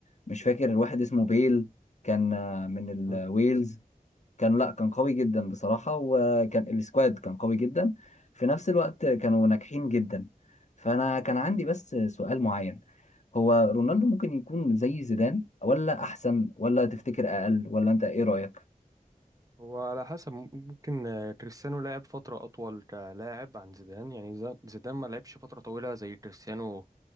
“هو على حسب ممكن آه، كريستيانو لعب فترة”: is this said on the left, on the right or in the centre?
Right